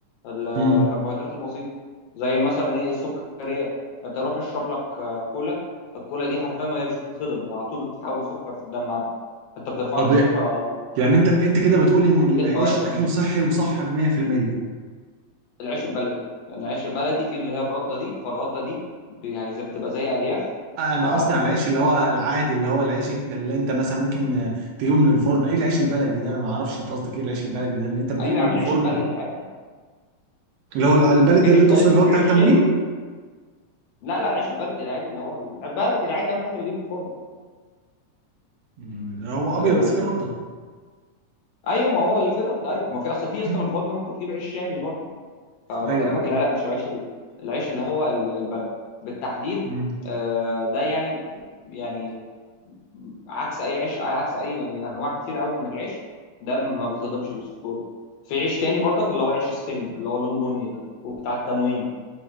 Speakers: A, on the left; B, on the right.
A: الكربوهيدرات
B: امم
A: البسيطه زي مثلا ايه السكريات انت روح اشرب لك آه، كولا الكولا دي حرفيا ما هي مش بتتهضم هي على طول بتتحول لسكر في الدم عندك انت بترفع
B: طب
A: لك السكر على طول
B: يعني انت انت كده بتقول ان
A: عكس
B: العيش
A: الفواكه
B: اكله صحي وصح ب 100%
A: العيش البلدي لان العيش البلدي فيه اللي هي الرده دي فالرده دي ب- يعني زي بتبقى زي الياف
B: انا
A: فا
B: قصدي على العيش اللي هو العادي اللي هو العيش اللي انت مثلا ممكن تجيبه من الفرن ايه العيش البلدي ده انا ما اعرفش انت قصدك ايه العيش البلدي ده ان انت بتجيبه
A: ايوه
B: من
A: يا عم
B: الفرن
A: العيش البلدي العادي
B: اللي هو البلدي
A: ما في عيش
B: اللي
A: بلدي
B: تقصد اللي
A: وفي
B: هو بتاع
A: عيش
B: التموين
A: شامي لا لا العيش البلدي العادي اللي هو البلدي العادي يا عم اللي انت بتجيبه من الفرن
B: مم. اللي هو
A: آه...
B: ابيض بس فيه رده
A: ايوه ما هو اللي فيه رد ايوه ما في اصل في اصلا
B: مم.
A: من الفرن ممكن تجيب عيش شامي برضه فانا
B: ايوه
A: بكلمك
B: ايوه
A: اللي لا مش العيش ال- العيش اللي هو ال- البلدي بالتحديد
B: مم.
A: آه... ده يعني يعني عكس اي عيش عكس اي يعني انواع كتير قوي من العيش ده ما بيتهضمش بسهوله في عيش تاني برضك اللي هو العيش السن اللي هو لونه بني ده وبتاع التموين